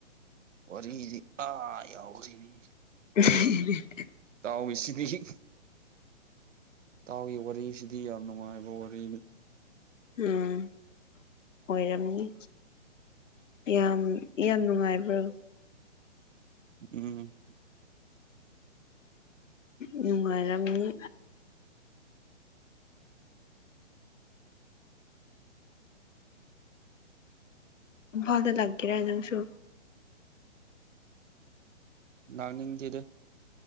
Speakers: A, on the right; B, on the left.
A: ꯋꯥꯔꯤꯗꯤ ꯑꯥ ꯌꯥꯎꯈꯔꯦꯅꯦ
B: <inaudible>
A: ꯇꯥꯎ ꯑꯦꯁꯤꯗꯤ ꯢꯇꯥꯎꯒꯤ ꯋꯥꯔꯤꯁꯤꯗꯤ ꯌꯥꯝ ꯅꯨꯡꯉꯥꯏꯕ ꯋꯥꯔꯤ
B: ꯎꯝ ꯑꯣꯏꯔꯝꯅꯤ ꯌꯥꯝ ꯌꯥꯝ ꯅꯨꯡꯉꯥꯏꯕ꯭ꯔꯣ
A: ꯎꯝ
B: ꯅꯨꯡꯉꯥꯏꯔꯝꯅꯤ ꯢꯝꯐꯥꯜꯗ ꯂꯥꯛꯒꯦꯔ ꯅꯪꯁꯨ
A: ꯂꯥꯛꯅꯤꯡꯗꯦꯗ